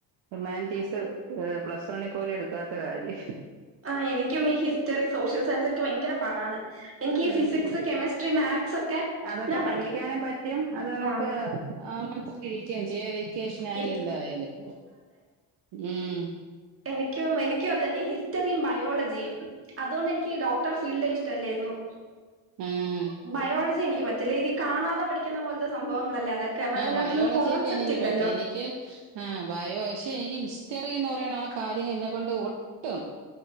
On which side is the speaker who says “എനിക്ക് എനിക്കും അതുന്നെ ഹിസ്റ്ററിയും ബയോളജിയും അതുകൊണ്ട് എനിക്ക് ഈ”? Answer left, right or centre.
Right